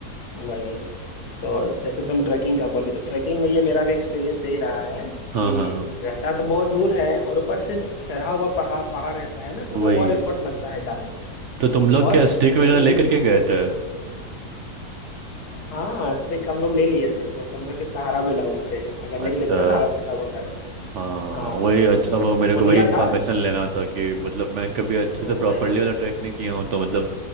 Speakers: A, on the left; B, on the right.
A: वही तो जैसे तुम ट्रैकिंग का बोले तो ट्रैकिंग में ये मेरा भी एक्सपीरियंस यही रहा है कि
B: हाँ हाँ हाँ,
A: रहता तो बहुत दूर है और ऊपर से चढ़ा हुआ पहाड़ पहाड़ रहता है ना
B: वही
A: तो वो और एफर्ट लगता है जाने में
B: तो तुम लोग
A: और
B: क्या स्टिक वगैरह
A: तुम
B: लेकर
A: किसी
B: के गए
A: से-
B: थे
A: हाँ स्टिक हम लोग ले लिए थे तो समझो कि सहारा मिला उससे अगर
B: अच्छा
A: नहीं लेते ना तो हालत खराब हो जाती
B: हाँ
A: हाँ
B: वही अच्छा वो मेरे
A: वो
B: को
A: लिया
B: वही इन्फॉर्मेशन
A: था
B: लेना था कि मतलब मैं कभी अच्छे
A: वही
B: से प्रॉपरली वाला ट्रैक नहीं किया हूँ तो मतलब